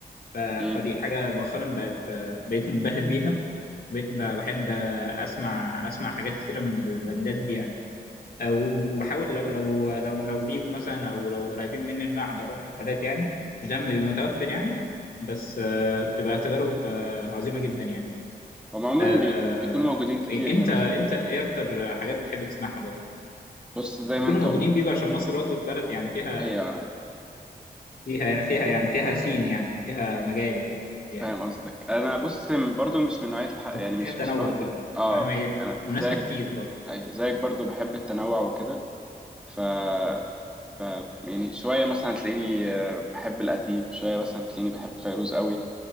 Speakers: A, on the left; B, in the centre.
A: ف-
B: مم.
A: فدي حاجة مؤخرا بقت آه، بقيت منبهر بيها بقيت ب- بحب آه، اسمع اسمع حاجات كتيرة من البندات دي يعني آه، وبحاول لو لو لو لو بيجوا مثلا او لو قريبين مني ان انا احضر لهم حفلات يعني مش دايما بيبقى متوفر يعني بس آه، بتبقى تجارب آه، عظيمة جدا يعني
B: هم عموما
A: آه،
B: بيكو- بيكونوا موجودين كتير
A: انت
B: هنا
A: انت ايه اكتر حاجات بتحب تسمعها برضه
B: بص زي
A: بيكونوا
B: ما انت
A: موجودين
B: قلت
A: بيجوا عشان مصر برضه بلد يعني فيها
B: هي
A: فيها فيها يعني فيها سين يعني فيها مجال يعني
B: فاهم قصدك انا بص برضو مش من نوعيه الح... يعني
A: فيها
B: مش
A: تنوع
B: مش برضو
A: برضه
B: اه
A: تمام
B: بحب
A: هي
B: انا
A: وناسها
B: زيك
A: كتير برضه
B: ايوه زيك برضو بحب التنوع وكده ف ب... يعني شويه مثلا تلاقيني آه، بحب القديم شويه مثلا تلاقيني بحب فيروز قوي